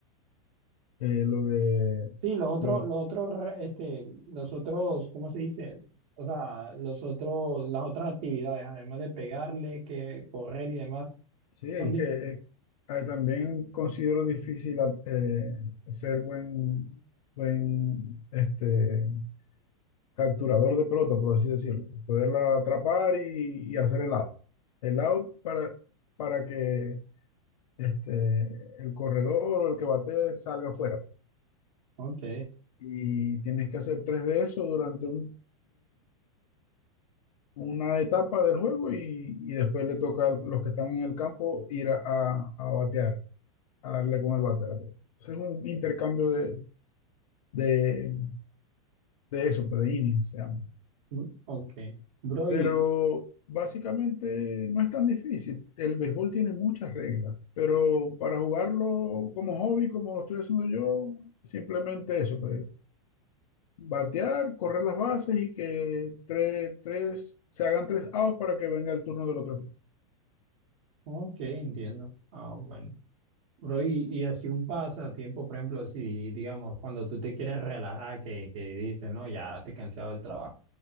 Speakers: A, on the left; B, on the right.
A: Eh, lo de,
B: Sí, los otros,
A: lo-
B: los otros, re- este, los otros, ¿cómo se dice? O sea, los otros, las otras actividades, además de pegarle, que correr y demás,
A: sí, es
B: son difíciles.
A: que eh, ah, también considero difícil ah, eh, ser buen, buen este, capturador de pelota, por así decirlo. Poderla atrapar y, y hacer el out. El out para, para que este, el corredor o el que bate salga afuera. pues.
B: Ok,
A: Y tienes que hacer tres de eso durante un, una etapa del juego y, y después le toca a los que están en el campo ir a, a- a batear, a darle con el bate. a la pelota. Entonces es un intercambio de, de, de eso, pues de innings se llama.
B: mm, ok. Bro,
A: Pero
B: y,
A: básicamente no es tan difícil. El béisbol tiene muchas reglas, pero para jugarlo como hobby, como lo estoy haciendo yo, simplemente eso, pues, batear, correr las bases y que tres, tres, se hagan tres outs para que venga el turno del otro equipo.
B: ok, entiendo. Ah, bueno. Bro, y, y así un pasatiempo, por ejemplo, si digamos, cuando tú te quieres relajar, que, que dices, no, ya te he cansado del trabajo